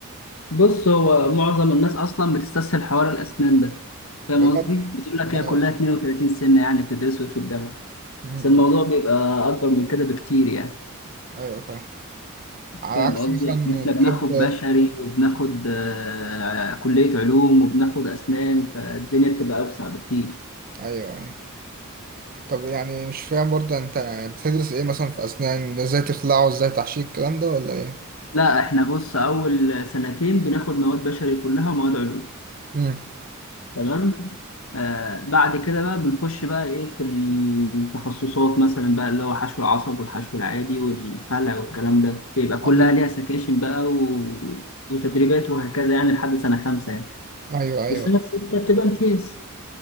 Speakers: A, on the left (about 70°); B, on the right (about 45°).
A: بص هو معظم الناس اصلا بتستسهل حوار الاسنان ده
B: بجد؟
A: فاهم قصدي بتقول لك
B: أنا-
A: هي كلها 32 سنه يعني بتدرسوا إيه في الجامعه
B: م- م.
A: بس الموضوع بيبقى اكبر من كده بكتير يعني
B: ايوه فاهم على
A: فاهم
B: عكس
A: قصدي
B: مثلا
A: إن احنا
B: الطب
A: بناخد بشري وبناخد آه، كليه علوم وبناخد اسنان فالدنيا بتبقى اوسع بكتير
B: ايوه ايوه طب يعني مش فاهم برضه انت بتدرس ايه مثلا في اسنان ازاي تخلعه ازاي تحشيه الكلام ده ولا ايه؟
A: لا احنا بص اول سنتين بناخد مواد بشري كلها ومواد علوم
B: امم
A: تمام آه بعد كده بقى بنخش بقى ايه في التخصصات مثلا بقى اللي هو حشو العصب والحشو العادي والخلع والكلام ده بيبقى كلها
B: ايوه
A: ليها سكاشن بقى و... وتدريبات وهكذا يعني لحد سنة خمسة يعني
B: ايوه ايوه
A: والسنة الستة بتبقى امتياز